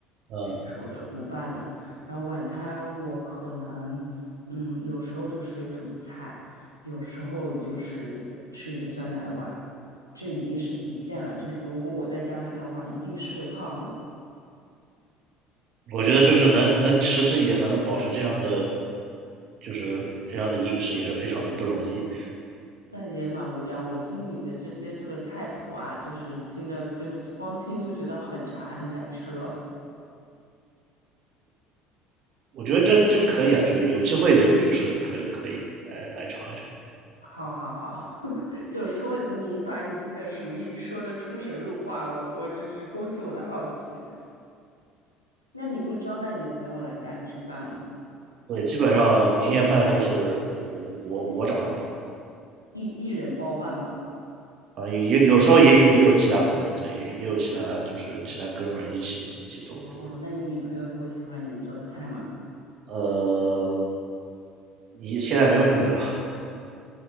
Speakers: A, on the right; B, on the left.
A: 嗯，
B: 这就是我的午饭了。然后晚餐我可能，嗯，有时候就水煮菜，有时候就是吃一个酸奶碗，这已经是极限了。就是如果我再加餐的话，一定是会胖的。
A: 我觉得就是能能持之以恒的保持这样的，就是这样的饮食也是非常的不容易。
B: 但也蛮无聊。我听你的这些这个菜谱啊，就是听的就光听就觉得很馋，很想吃了。
A: 我觉得这这可以啊，就有机会就就是可以可以来来尝一尝。
B: <laughs> 好好好，<laughs> 就说你把你自己的厨艺说的出神入化，我我真是勾起我的好奇。那你会招待你的朋友来家里吃饭吗？
A: 对，基本上年夜饭都是我我我掌勺
B: 一一人包办吗？
A: 啊，也也有时候也也有其他朋友，对，也也有其他就是其他哥们儿一起一起做，
B: 哦，
A: 对，
B: 那你女朋友会喜欢你做的菜吗？
A: 呃，一现在没有女朋友，